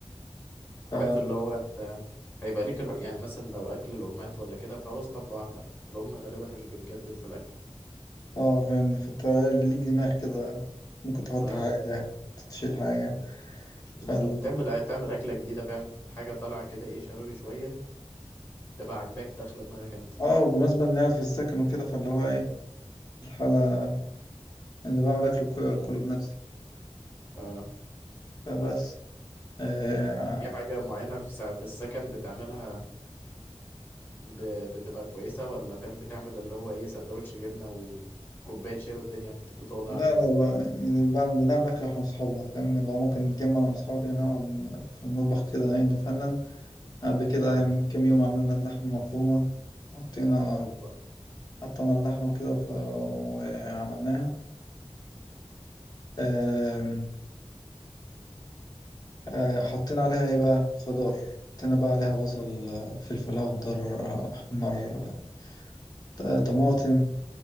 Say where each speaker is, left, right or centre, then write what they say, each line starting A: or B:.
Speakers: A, on the left; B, on the left.
A: ف
B: عارف اللي هو انت هيبقى ليك الح... يعني مثلا لو اكل الامهات ولا كده فهو اسطمبة واحدة الام غالبا مش بتجدد في الاكل
A: اه فاهمني فانت ليك دماغ كده ممكن تحط
B: اه
A: حاجه تشيل حاجه
B: بالظبط
A: فال
B: تعمل تعمل اكله جديده فاهم حاجه طالعه كده ايه شبابي شويه تبقى عاجباك داخله دماغك انت
A: اه وبالنسبه اني قاعد في السكن وكده فاللي هو ايه الحاله اني بعمل اكل كله بنفسي
B: اه
A: فبس آه
B: في حاجه معينه في سا... في السكن بتعملها ب... بتبقى كويسه ولا فاهم بتعمل اللي هو ايه سندوتش جبنه وكوبايه شاي والدنيا بت... بتوضع
A: لا
B: على كده
A: لا بقى يعني بعمل- بنعمل أكل إحنا وأصحابنا فاهم لو ممكن نتجمع أنا وأصحابي يعني نقعد في المطبخ كده يعني نفنن قبل كده
B: اه
A: يعني كام يوم عملنا لحمة مفرومة حطينا
B: هوبا
A: قطعنا اللحمة كده ف... وعملناها آم، آه، حطينا عليها إيه بقى خضار حطينا بقى عليها بصل آه، فلفل أخضر آه، أحمر آه، ط- طماطم